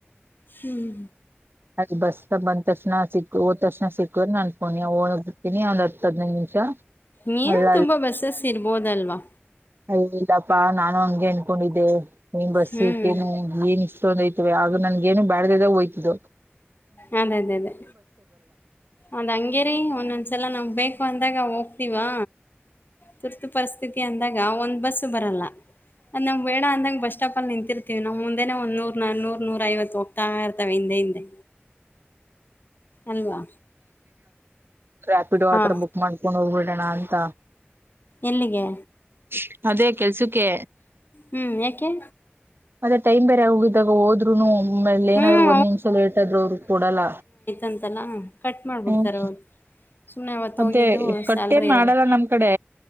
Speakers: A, on the left; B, on the right.
A: ಹ್ಮ್
B: ಅದ ಬಸ್ಸ ಬಂದ ತಕ್ಷಣ ಸಿಕ್ಕು ಹೋದ್ ತಕ್ಷಣ ಸಿಕ್ಕ ನಾನನ್ ಬಿರ್ತೀನಿ ಒಂದ್ ಹದಿನೈದು ನಿಮಿಷ
A: ನೀನ್
B: ಅಲ್ಲ
A: ತುಂಬಾ ಬಸ್ಸಸ್ ಇರ್ಬೋದಲ್ವಾ
B: ಯ ಇಲ್ಲಪ್ಪಾ ನಾನು ಹಂಗೆ ಅನ್ಕೊಂಡಿದ್ದೆ ನೀನ್ ಬಸ್
A: ಹ್ಮ್
B: ನನ್ ಏನ್ ಇಷ್ಟೊಂದ ಐ್ವ ಆಗ ನನ ಗೆನು ಬ್ಯಾಡ್ದದ ಹಯ್ತಿದ್ದು
A: ಅದ ಅದೇ ಅದೇ ಅದ ಹಂಗೇರಿ ಒಂದೊಂದ್ಸಲ ನಮ್ ಬೇಕ ಅಂದಾಗ ಹೋಗ್ತಿವಾ ತುರ್ತು ಪರಿಸ್ಥಿತಿ ಅಂದಾಗ ಒಂದ್ ಬಸ್ ಬರಲ್ಲ ಅ ನನಾಗ್ ಬೆಡ ಅಂದಗ ಬಸ್ ಸ್ಟಾಪ ಅ ನಿಂತಿರ್ತೀವಿ ನಮ್ಮ ಮುಂದೆನೆ ಒಂದ ನೂ ನೂ ನೂರ ಐವತ್ತು ತಾವೆ ಬರ್ತವೆ ಹಿಂದೆ ಹಿಂದೆ ಅಲ್ವಾ
B: ರ್ಯಾಪಿಡ್ ಆತರ
A: ಹಾ
B: ಬುಕ್ ಮಾಡ್ಕೊಂಡು ಹೋಗ್ಬಿಡೋಣ ಅಂತ
A: ಎಲ್ಲಿಗೆ
B: <unintelligible> ಅದೇ ಕೆಲ್ಸಕ್ಕೆ
A: ಹ್ಮ್ ಯಾಕೆ
B: ಮತ್ತೇ ಟೈಮ್ ಬೇರೆ ಹೋಗಿದಾಗ ಹೋದ್ರುನು ಆ ಮೇಲೆ
A: ಹ್ಮ್
B: ಏನಾದ್ರು ಒಂದ್ ನಿಮಿಷ ಲೇಟ್ ಆದ್ರು ಅವರು ಕೊಡಲ್ಲ
A: ಅಂತಲ್ಲ ಕಟ್ ಮಾಡ್ಬಿಡ್ತಾರೆ
B: ಹ್ಮ್
A: ಅವ ಸುಮ್ನೆ ಅವತ್ತ
B: ಅದೇ
A: ಹೋಗಿದ್ದು
B: ಕಟ್
A: ಸ್ಯಾಲ್ರಿ
B: ಏನ್
A: ಇರಲ್ಲ
B: ಮಾಡಲ್ಲ ನಮ್ ಕಡೆ